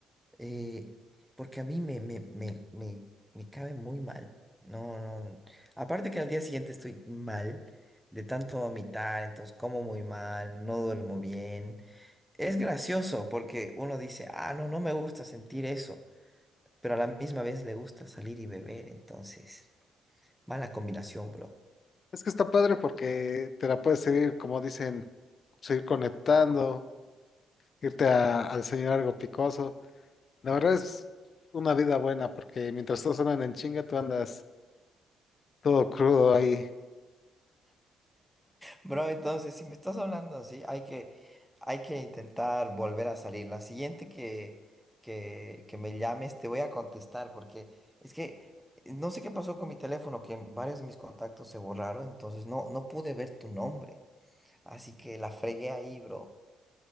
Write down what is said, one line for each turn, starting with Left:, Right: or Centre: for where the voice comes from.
Centre: Eh, porque a mí me, me, me, me, me cabe muy mal. No, no. no. Aparte que al día siguiente estoy mal de tanto vomitar, entonces como muy mal, no duermo bien. Es gracioso porque uno dice, ah, no, no me gusta sentir eso, pero a la misma vez le gusta salir y beber, entonces, mala combinación, bro.
Left: Es que está padre porque te la puedes seguir, como dicen, seguir conectando, irte a, a desayunar algo picoso. La verdad es una vida buena porque mientras todos andan en chinga, tú andas todo crudo ahí.
Centre: Bro, entonces, si me estás hablando así, hay que, hay que intentar volver a salir. La siguiente que, que, que me llames, te voy a contestar, porque es que eh, no sé qué pasó con mi teléfono, que varios de mis contactos se borraron, entonces no, no pude ver tu nombre. Así que la fregué ahí, bro.